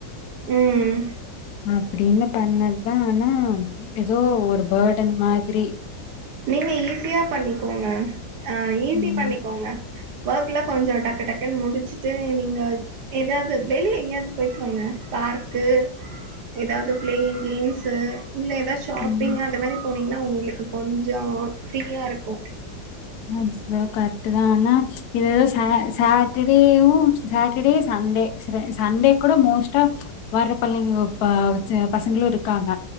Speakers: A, on the right (about 65°); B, on the left (about 65°).
A: உம்
B: அப்டின்னு பண்ணத்தா ஆனா ஏதோ ஒரு பேர்டன் மாதிரி
A: நீங்க ஈஸியா பண்ணிக்கோங்க அ ஈஸி
B: ம்
A: பண்ணிக்கோங்க வொர்க் வொர்க்கெல்லா கொஞ்ச டக்கு டக்குன் முடிஞ்சு ச்ச நீங்க எதாவது வெளிய எங்கேயாவது போயிட்டு வாங்க பார்க்கு எதாவது ப்ளேயிங் கேம்ஸு இல்ல எதாவது ஷாப்பிங்
B: ம்
A: அந்த மேரி போனீங்ன்னா உங்களுக்கு கொஞ்சோ ஃப்ரீயாருக்கு
B: அ சத் கண் இது தானா இது சா சாட்டர்டேயும் சாட்டர்டே சண்டே ச் ச சண்டே கூட மோஸ்ட்டா வர்ற பள்ளைங்கோ ப பசங் பசங்களு இருக்காங்க